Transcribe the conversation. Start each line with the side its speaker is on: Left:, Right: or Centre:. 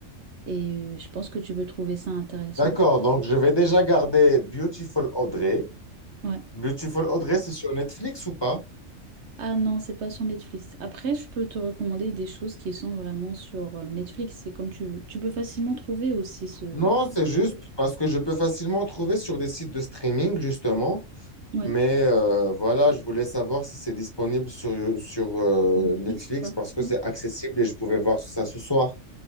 Right: Et euh, je pense que tu peux trouver ça intéressant.
Left: D'accord, donc je vais déjà garder Beautiful Audrey.
Right: Ouais.
Left: Beautiful Audrey, c'est sur Netflix ou pas?
Right: Ah non, c'est pas sur Netflix. Après, je peux te recommander des choses qui sont vraiment sur euh, Netflix. C'est comme tu veux. Tu peux facilement trouver aussi ce...
Left: Non, c'est juste parce que je peux facilement trouver sur des sites de streaming, justement.
Right: Ouais.
Left: Mais euh, voilà, je voulais savoir si c'est disponible sur, sur euh,
Right: Netflix
Left: Netflix
Right: ou pas.
Left: parce que
Right: Ouais.
Left: c'est accessible et je pouvais voir ça ce soir.